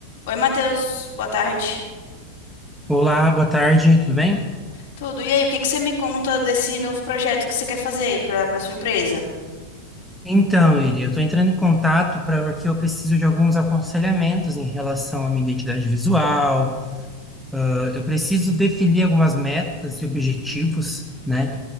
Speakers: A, on the left; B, in the centre.
A: Oi, Matheus, boa tarde.
B: Olá, boa tarde, tudo bem?
A: Tudo. E aí, o que que você me conta desse novo projeto que você quer fazer para para sua empresa?
B: Então, Iri, eu estou entrando em contato para porque eu preciso de alguns aconselhamentos em relação à minha identidade visual. Eh, Eu preciso definir algumas metas e objetivos, né?